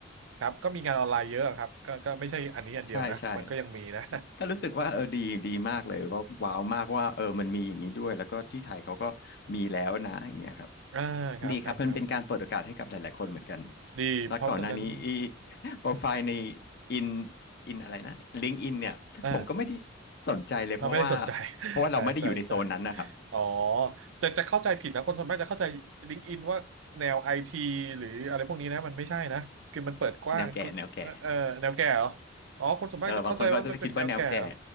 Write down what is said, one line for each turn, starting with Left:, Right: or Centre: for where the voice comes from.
Right: ครับก็มีงานออนไลน์เยอะครับก็ก็ไม่ใช่อันนี้อันเดียวนะมันก็ยังมีนะ
Left: ใช่ใช่ ก็รู้สึกว่าเออดีดีมากเลยก็ว้าวมากว่าเออมันมีอย่างนี้ด้วยแล้วก็ที่ไทยเขาก็มีแล้วนะอย่างเงี้ยครับ
Right: <laughs> อ่าครับครับครับ
Left: ดีครับมันเป็นการเปิดโอกาสให้กับหลายๆคนเหมือนกัน
Right: ดีเพราะฉะนั้น
Left: แล้วก่อนหน้านี้อี <laughs> โปรไฟล์ใน
Right: อืม
Left: อินอินอะไรนะลิงก์อินเนี่ยผมก็ไม่ได้
Right: <laughs> อ่า
Left: สนใจเลยเพราะว่า
Right: เอาไม่ได้สนใจ <laughs>
Left: เพราะว่าเราไม่ได้อยู่ในโซนนั้นนะครับ
Right: ใช่ใช่ใช่ อ๋อจะจะเข้าใจผิดนะคนส่วนมากจะเข้าใจ LinkedIn ว่าแนวไอทีหรืออะไรพวกนี้นะมันไม่ใช่นะคือมันเปิดกว้างคุณเออเออแนวแก่เหรอ
Left: แนวแก่แนวแก่
Right: อ๋อคนส่วนมากจะเข้าใจว่ามันเป็นแนวแก่เหรอ
Left: เออบางคนเขาจะคิดว่าแนวแก่